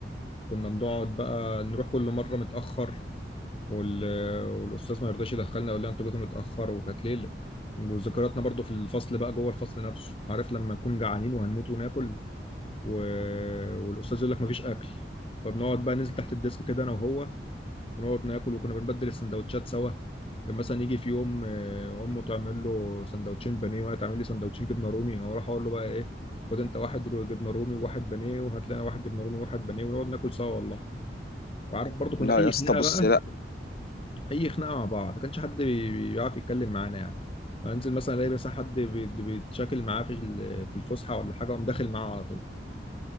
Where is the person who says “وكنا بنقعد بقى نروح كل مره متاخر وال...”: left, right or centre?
Left